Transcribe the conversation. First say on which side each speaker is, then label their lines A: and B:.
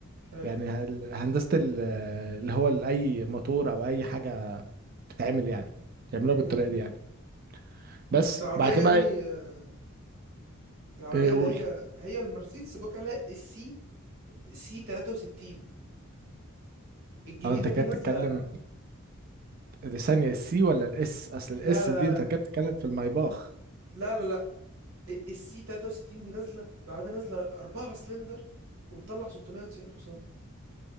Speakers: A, on the right (about 70°); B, on the right (about 45°).
A: حلو
B: يعني هل- هندسة ال- اللي هو ال- أي موتور أو أي حاجة بتتعمل يعني بيعملوها بالطريقة
A: امم
B: دي يعني بس
A: أصل العربية
B: بعد
A: يا
B: كده بقى
A: ابني
B: إيه
A: آه، العربية
B: إيه قول
A: اللي هي هي المرسيدس بيقول عليها السي سي 63 الجديدة
B: أه أنت
A: دي
B: كده
A: نازلة
B: بتتكلم دي ثانية السي ولا الإس أصل الإس
A: لا لا
B: دي
A: لا
B: أنت
A: لا
B: كده بتتكلم في الميباخ
A: لا لا لا السي 63 دي نازله العربيه نازله 4 سلندر وبتطلع 690 حصان